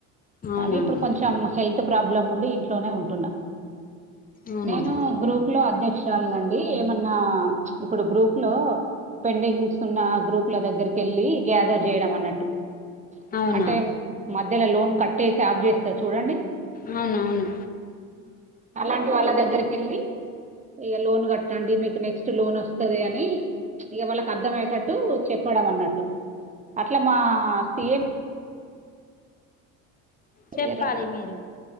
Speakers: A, on the left (about 20°); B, on the right (about 20°).
A: అవునా
B: కానీ ఇప్పుడు
A: అండి
B: కొంచెం హెల్త్ ప్రాబ్లం ఉండి ఇంట్లోనే ఉంటున్నా
A: అవునా
B: నేను
A: అండి
B: గ్రూప్ లో అధ్యక్షు రాలునండి ఏమన్నా ఇప్పుడు గ్రూప్ లో పెండింగ్స్ ఉన్న గ్రూప్ల దగ్గరికి వెళ్ళి గ్యాదర్ చేయడం అన్నట్టు
A: అవునా
B: అంటే మధ్యలో లోన్ కట్టేసి ఆఫ్ చేస్తారు చూడండి
A: అవునవును
B: అలాంటి వాళ్ళ దగ్గరకి వెళ్ళి ఇక లోన్ కట్టండి మీకు నెక్స్ట్ లోన్ వస్తుంది అని ఇక వాళ్ళకి అర్థమయ్యేటట్టు చె చేయడం అన్నట్టు అట్లా మా సిఎం
A: చెప్పాలి
B: ఇగరు
A: మీరు